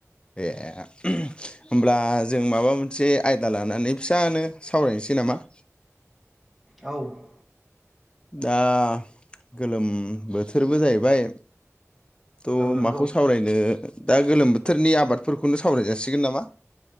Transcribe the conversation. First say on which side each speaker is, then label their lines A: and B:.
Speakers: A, on the left (about 20°); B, in the centre.
A: ए होमब्ला जों माबा मोनसे आयदा लानानै फिसानो सावरायनोसै नामा?
B: औ
A: दा गोलोम बोथोरबो जाहैबाय थ'
B: औ नंगौ
A: माखौ सावरायनो दा गोलोम बोथोरनि आबादफोरखौनो सावराय जाासिगोन नामा